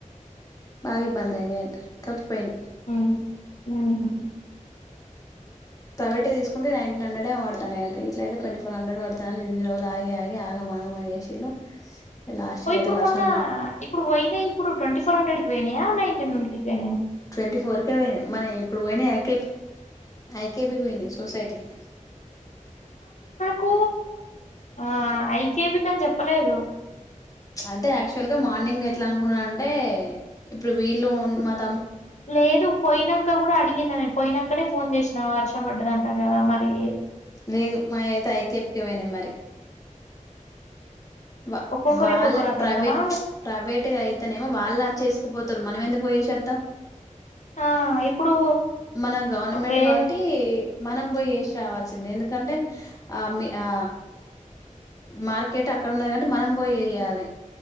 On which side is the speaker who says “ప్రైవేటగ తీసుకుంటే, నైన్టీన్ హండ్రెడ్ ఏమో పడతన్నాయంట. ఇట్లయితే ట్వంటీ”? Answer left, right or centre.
Left